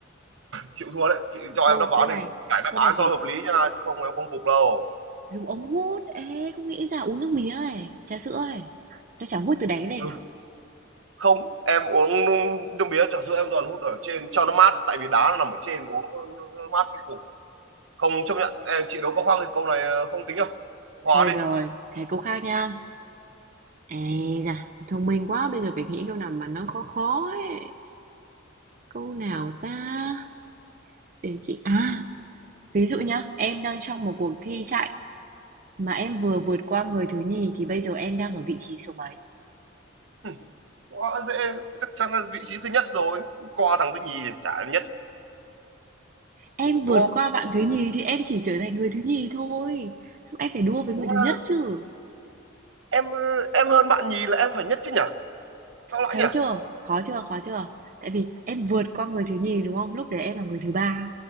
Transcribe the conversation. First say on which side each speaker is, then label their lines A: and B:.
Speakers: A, on the right (about 70°); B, on the right (about 40°).
A: chịu thua đấy chị cho
B: Câu
A: em đáp
B: câu
A: án
B: này,
A: thì phải đáp
B: câu
A: án
B: này phải
A: cho hợp lý nha chứ không em không phục đâu
B: dùng ống hút. Ê, không nghĩ ra uống nước mía ấy, trà sữa ấy. Nó chả hút từ đáy lên
A: Ừ.
B: à?
A: không em uống nước mía trà sữa em toàn hút ở trên cho nó mát tại vì đá nó nằm ở trên uống nó mát cái cục không chấp nhận em chị đấu có khoang thì câu này ờ, không tính đâu hòa
B: Thôi rồi,
A: đi
B: thế câu khác nha. Ê da, thông minh quá, bây giờ phải nghĩ câu nào mà nó khó khó ấy. Câu nào ta? Để chị... À, ví dụ nhá, em đang trong một cuộc thi chạy mà em vừa vượt qua người thứ nhì thì bây giờ em đang ở vị trí số mấy?
A: Ừ, quá dễ chắc chắn là vị trí thứ nhất rồi qua thằng thứ nhì thì chả nhất
B: Em vượt
A: đúng không
B: qua bạn thứ nhì thì em chỉ trở thành người thứ nhì thôi. Xong em phải đua với người
A: Ủa,
B: thứ nhất chứ.
A: em ờ, em hơn bạn nhì là em phải nhất chứ nhỉ sao lại
B: Thấy
A: nhỉ
B: chưa? Khó chưa? Khó chưa? Tại vì em vượt qua người thứ nhì đúng không? Lúc đấy em là người thứ ba